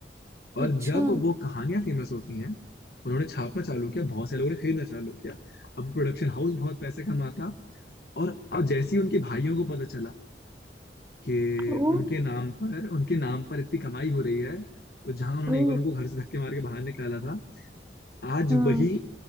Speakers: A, on the left; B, on the right.
A: और
B: अच्छा
A: जब वो कहानियां फेमस होती हैं उन्होंने छापना चालू किया बहुत से लोगों ने खरीदना चालू किया अब प्रोडक्शन हाउस बहुत पैसे कमाता और अब जैसे ही उनके भाइयों को पता चला कि
B: ओ
A: उनके नाम पर उनके नाम पर इतनी कमाई हो रही है तो जहां उन्होंने
B: ओ
A: एक बार उनको घर से धक्के मार के बाहर निकाला था आज
B: हाँ
A: वही